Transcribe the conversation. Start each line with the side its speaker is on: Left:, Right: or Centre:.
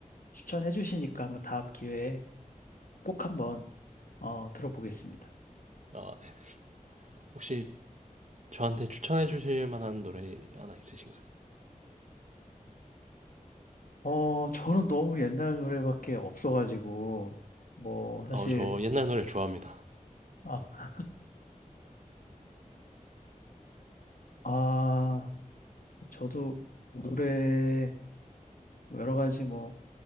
Left: 추천해 주시니까 한번 다음 기회에 꼭 한번, 어, 들어보겠습니다.
Right: 아, 네. 혹시 저한테 추천해 주실 만한 노래 하나 있으신가요?
Left: 어, 저는 너무 옛날 노래밖에 없어가지고, 뭐, 사실,
Right: 아, 저 옛날 노래 좋아합니다.
Left: 아, 아, 저도 노래, 뭐 여러 가지 뭐,